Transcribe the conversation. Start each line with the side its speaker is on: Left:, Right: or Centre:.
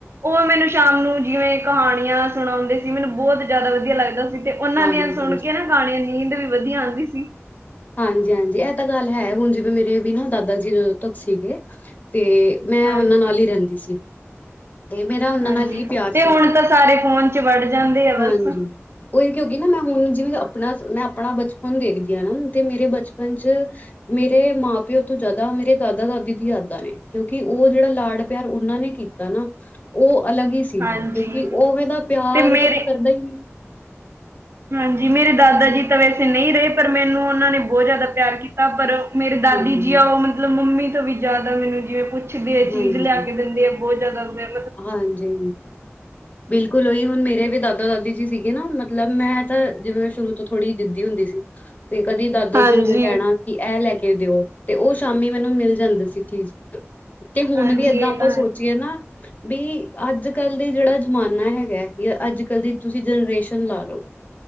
Right: ਉਹ ਮੈਨੂੰ ਸ਼ਾਮ ਨੂੰ ਜਿਵੇਂ ਕਹਾਣੀਆਂ ਸੁਣਾਉਂਦੇ ਸੀ, ਮੈਨੂੰ ਬਹੁਤ ਜ ਜ਼ਿਆਦਾ ਵਧੀਆ ਲੱਗਦਾ ਸੀ। ਤੇ ਉਹਨਾਂ
Left: ਹਾਂਜੀ
Right: ਦੀਆਂ ਸੁਣ
Left: ਹਾਂਜੀ
Right: ਕੇ ਨਾ ਗਾਣ ਨੀਂਦ ਵੀ ਵਧੀਆ ਆਉਂਦੀ ਸੀ।
Left: ਹਾਂਜੀ-ਹਾਂਜੀ ਇਹ ਤਾਂ ਗੱਲ ਹੈ, ਹੁਣ ਜਿਵੇਂ ਮੇਰੇ ਵੀ ਨਾ ਦਾਦਾ ਜੀ ਜਦੋਂ ਤੱਕ ਸੀਗੇ ਤੇ ਮੈਂ
Right: ਹਾਂਜੀ
Left: ਉਹਨਾਂ ਨਾਲ ਹੀ ਰਹਿੰਦੀ ਸੀ। ਤੇ ਮੇਰਾ ਉਹਨਾਂ
Right: ਹਾਂਜੀ
Left: ਨਾਲ ਹੀ ਪਿਆਰ
Right: ਤੇ
Left: ਸੀਗਾ
Right: ਹੁਣ ਤਾਂ ਸਾਰੇ ਫੋਨ 'ਚ ਵੜ ਜਾਂਦੇ ਆ
Left: ਹਾਂਜੀ।
Right: ਬਸ
Left: ਉ ਇਹ ਕਿਉਂਕਿ ਨਾ ਮੈਂ ਹੁਣ ਜਿਵੇਂ, ਆਪਣਾ ਮੈਂ ਆਪਣਾ ਬਚਪਨ ਦੇਖਦੀ ਹਾਂ ਨਾ ਤੇ ਮੇਰੇ ਬਚਪਨ ਚ ਮੇਰੇ ਮਾਂ ਪਿਓ ਤੋਂ ਜ਼ਿਆਦਾ ਮੇਰੇ ਦਾਦਾ ਦਾਦੀ ਦੀ ਯਦਾਂ ਨੇ, ਕਿਉਂਕਿ ਉਹ ਜਿਹੜਾ ਲਾਡ ਪਿਆਰ ਉਹਨਾਂ ਨੇ ਕੀਤਾ। ਉਹ ਅਲੱਗ ਹੀ ਸੀਗਾ,
Right: ਹਾਂਜੀ
Left: ਕਿਉਂਕਿ ਉਹਦਾ ਪਿਆਰ
Right: ਤੇ ਮੇਰੇ
Left: ਤਾਂ ਕੋਈ ਕਰਦਾ ਹੀ ਨਹੀਂ
Right: ਹਾਂਜੀ ਮੇਰੇ ਦਾਦਾ ਜੀ ਤਾਂ ਵੈਸੇ ਨਹੀਂ ਰਹੇ, ਪਰ ਮੈਨੂੰ ਉਹਨਾਂ ਨੇ ਬਹੁਤ ਜ਼ਿਆਦਾ ਪਿਆਰ ਕੀਤਾ। ਤਾਂ ਪਰ ਮੇਰੇ ਦਾਦੀ
Left: ਹਾਂਜੀ।
Right: ਜੀ ਆ, ਉਹ ਮਤਲਬ ਮੰਮੀ ਤੋਂ ਵੀ ਜ਼ਿਆਦਾ ਮੈਨੂੰ ਜਿਵੇਂ ਪੁੱਛਦੇ ਆ ਚੀਜ਼
Left: ਹਾਂਜੀ,
Right: ਲਿਆ ਕੇ ਦਿੰਦੇ, ਆ ਬਹੁਤ ਜ਼ਿਆਦਾ ਮ'-
Left: ਹਾਂਜੀ ਬਿਲਕੁਲ, ਉਹੀ ਹੁਣ ਮੇਰੇ ਵੀ ਦਾਦਾ ਦਾਦੀ ਜੀ ਸੀਗੇ ਨਾ ਮਤਲਬ ਮੈਂ ਤਾਂ ਜਿਵੇਂ ਸ਼ੁਰੂ ਤੋਂ ਥੋੜੀ ਜਿੱਦੀ ਹੁੰਦੀ ਸੀ, ਤੇ ਕਦੀ ਦਾਦਾ
Right: ਹਾਂਜੀ
Left: ਜੀ ਨੂੰ ਮੈਂ ਕਹਿਣਾ ਕਿ ਇਹ ਲੈ ਕੇ ਦਿਓ ਤੇ ਉਹ ਸ਼ਾਮੀ ਮੈਨੂੰ ਮਿਲ ਜਾਂਦਾ ਸੀ, ਚੀਜ਼ ਤੇ ਹੁਨ
Right: ਹਾਂਜੀ
Left: ਵੀ ਏਦਾਂ
Right: ਇਹ
Left: ਆਪਾਂ
Right: ਤਾਂ
Left: ਸੋਚੀਏ
Right: ਹੈ
Left: ਨਾ ਬੀ ਅਜ ਕਲ ਦੇ ਜੇੜਾ ਜਮਾਨਾ ਹੈਗਾ, ਯਾ ਅਜ ਕਲ ਦੀ ਤੂਸੀ ਜਨਰੇਸ਼ਨ ਲਾਲੋ,